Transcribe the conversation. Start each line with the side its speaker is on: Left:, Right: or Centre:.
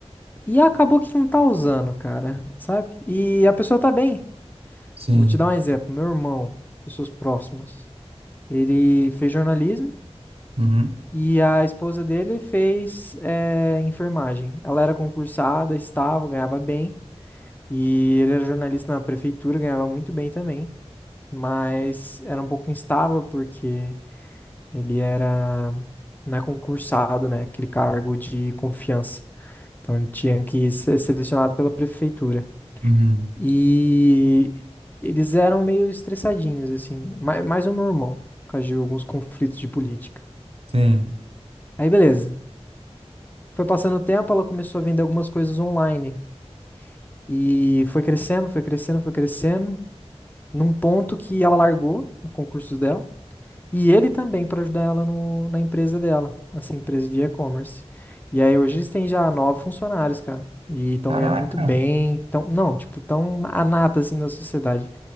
Left: e acabou que não tá usando, cara, sabe? E a pessoa tá bem.
Right: Sim.
Left: Vou te dar um exemplo. Meu irmão, pessoas próximas, ele fez jornalismo
Right: Uhum.
Left: e a esposa dele fez eh, enfermagem. Ela era concursada, estava, ganhava bem. E ele era jornalista na prefeitura, ganhava muito bem também. Mas era um pouco instável porque ele era, não é concursado, né? Aquele cargo de confiança. Então ele tinha que ser selecionado pela prefeitura.
Right: Uhum.
Left: E eles eram meio estressadinhos, assim. ma- Mais o meu irmão, por causa de alguns conflitos de política.
Right: Sim.
Left: Aí beleza. Foi passando o tempo, ela começou a vender algumas coisas online. E foi crescendo, foi crescendo, foi crescendo. Num ponto que ela largou o concurso dela. E ele também para ajudar ela no, na empresa dela, essa empresa de e-commerce. E aí hoje eles têm já nove funcionários, cara. E estão
Right: Caraca!
Left: ganhando muito bem. Tão, não, tipo, estão a nata assim da sociedade.